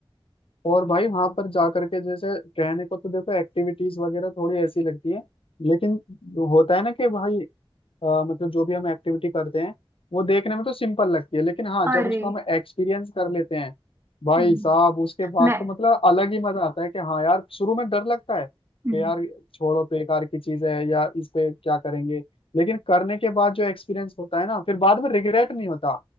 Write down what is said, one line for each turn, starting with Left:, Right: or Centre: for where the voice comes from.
Left: और भाई वहां पर जा करके जैसे कहने को तो देखो एक्टिविटीज वगैरह थोड़ी ऐसी लगती है लेकिन होता है ना कि भाई अ, मतलब जो भी हम एक्टिविटी करते हैं वो देखने में तो सिंपल लगती है लेकिन हाँ जब
Right: अरे
Left: उसको हम एक्सपीरियंस कर लेते हैं भाई
Right: हम्म,
Left: साहब उसके बाद
Right: मैं
Left: तो मतलब अलग ही मजा आता है कि हाँ यार शुरू में डर लगता है कि
Right: हम्म,
Left: यार छोड़ो बेकार की चीज है या इस पे क्या करेंगे लेकिन करने के बाद जो एक्सपीरियंस होता है ना फिर बाद में रिग्रेट नहीं होता